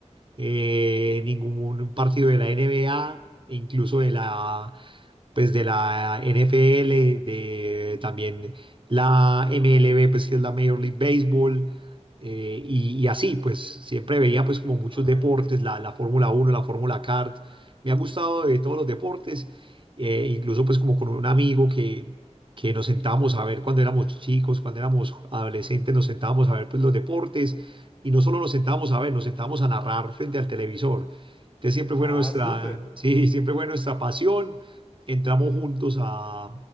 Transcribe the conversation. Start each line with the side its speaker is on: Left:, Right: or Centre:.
Right: eh, ningún partido de la N B NBA, incluso de la pues de la NFL, de también la MLB, pues que es la Major League Baseball, eh, y, y así, pues siempre veía pues como muchos
Left: Ah,
Right: deportes,
Left: ya.
Right: la, la Fórmula Uno la Fórmula Kart, me ha gustado de todos los deportes, eh, incluso pues como con un amigo que, que nos sentábamos a ver cuando éramos chicos, cuando éramos adolescentes, nos sentábamos a ver pues los deportes, y no solo nos sentábamos a ver, nos sentábamos a narrar frente al televisor. Entonces siempre fue
Left: Ah,
Right: nuestra,
Left: súper.
Right: sí, siempre fue nuestra pasión entramos juntos a,